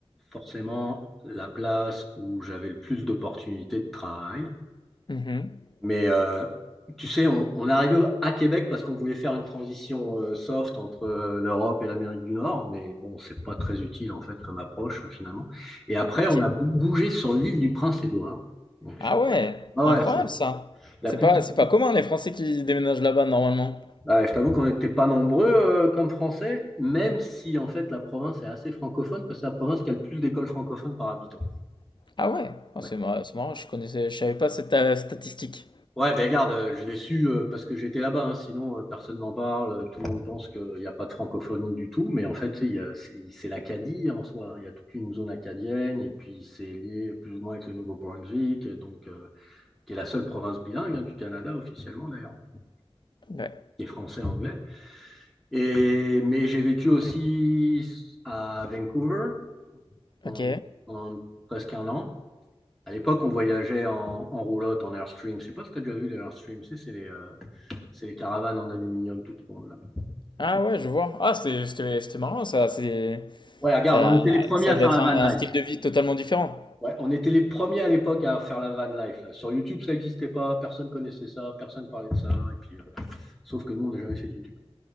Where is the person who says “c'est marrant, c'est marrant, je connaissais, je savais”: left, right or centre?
Left